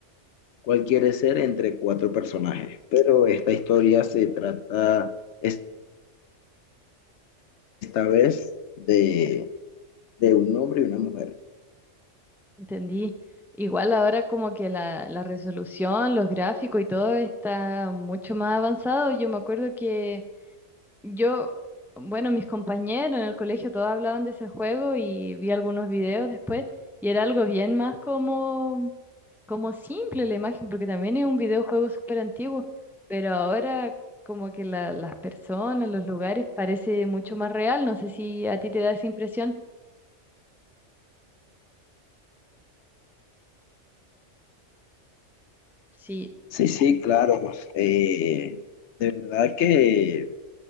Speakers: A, on the left; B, in the centre.
A: cuál quieres ser entre cuatro personajes. Pero esta historia se trata es- esta vez de, de un hombre y una mujer.
B: entendí. Igual ahora como que la, la resolución, los gráficos y todo está mucho más avanzado. Yo me acuerdo que yo, bueno, mis compañeros en el colegio todos hablaban de ese juego y vi algunos videos después y era algo bien más como como simple la imagen, porque también es un videojuego súper antiguo, pero ahora como que la- las personas, los lugares, parece mucho más real. No sé si a ti te da esa impresión. Sí,
A: Sí, sí, claro. eh, de verdad que